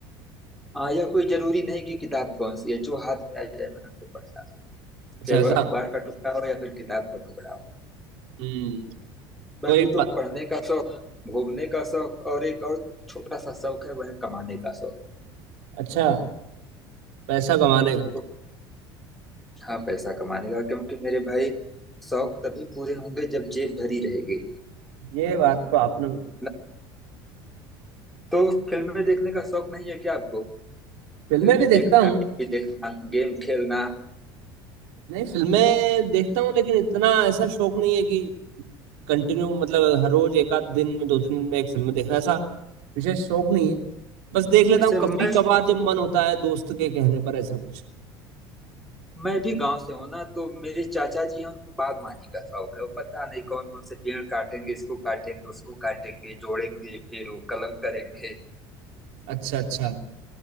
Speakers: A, in the centre; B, on the right (about 70°).
A: हाँ यह कोई जरूरी नहीं कि किताब कौन सी है जो हाथ में आ जाए मैं उसे पढ़ता हूँ
B: अच्छा
A: चाहे
B: ऐसा
A: वो अखबार का टुकड़ा हो या फिर किताब का टुकड़ा हो
B: हम्म
A: बाकी
B: कोई प...
A: तो पढ़ने का शौक घूमने का शौक और एक और छोटा सा शौक है वह है कमाने का शौक
B: अच्छा पैसा कमाने का
A: तो हाँ पैसा कमाने का क्योंकि मेरे भाई शौक तभी पूरे होंगे जब जेब भरी रहेगी
B: ये बात तो आपने
A: न- तो फिल्में देखने का शौक नहीं है क्या आपको
B: फिल्में
A: फिल्में
B: भी देखता
A: देखना
B: हूँ
A: टीवी देखना गेम खेलना
B: नहीं फिल्में देखता हूँ लेकिन इतना ऐसा शौक नहीं है कि कंटिन्यू मतलब हर रोज एक आध दिन में दो तीन दिन में एक फिल्म देखना ऐसा विशेष शौक नहीं है बस देख लेता
A: जैसे
B: हूँ
A: मैं
B: कभी कभार जब मन होता है दोस्त के कहने पर ऐसा कुछ
A: मैं भी गांव से हूं ना तो मेरे चाचा जी हैं उनको बागवानी का शौक है वो पता नहीं कौन कौन से पेड़ काटेंगे इसको काटेंगे उसको काटेंगे जोड़ेंगे फिर वो कलम करेंगे
B: अच्छा अच्छा